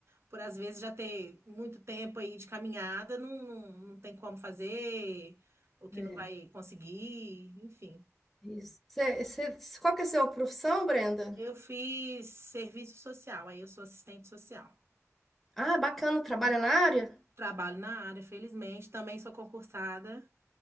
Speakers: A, on the right (about 50°); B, in the centre.
A: por às vezes já ter muito tempo aí de caminhada, não, não, não tem como fazer, ou que
B: é,
A: não vai conseguir, enfim.
B: isso. Cê, cê- qual que é a sua profissão, Brenda?
A: Eu fiz serviço social, aí eu sou assistente social.
B: Ah, bacana, trabalha na área?
A: Trabalho na área, felizmente, também sou concursada,